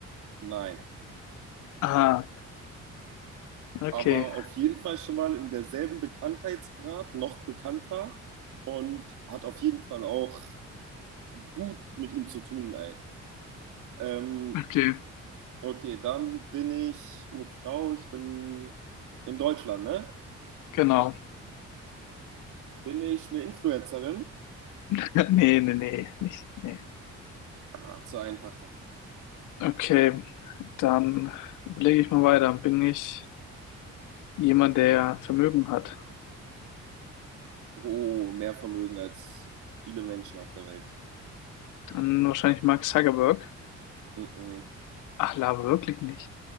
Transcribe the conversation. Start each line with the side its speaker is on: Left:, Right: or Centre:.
Right: Nein.
Left: Ah, okay,
Right: aber auf jeden Fall schon mal in derselben Bekanntheitsgrad, noch bekannter und hat auf jeden Fall auch gut mit ihm zu tun, ey. Ähm,
Left: okay,
Right: okay, dann bin ich eine Frau, ich bin in Deutschland, ne?
Left: genau.
Right: Bin ich eine Influencerin?
Left: <laughs> Nee, nee, nee, nicht, nee.
Right: Ah, zu einfach dann.
Left: Okay, dann überlege ich mal weiter. Bin ich jemand, der Vermögen hat?
Right: Oh, mehr Vermögen als viele Menschen auf der Welt.
Left: Dann wahrscheinlich Mark Zuckerberg.
Right: Mm -mm.
Left: Ach, Lava wirklich nicht.